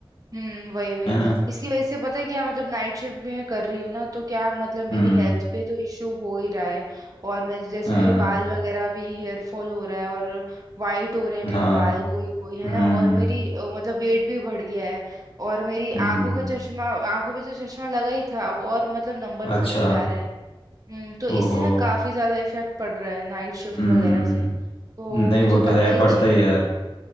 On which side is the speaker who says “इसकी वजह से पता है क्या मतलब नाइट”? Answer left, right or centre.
Right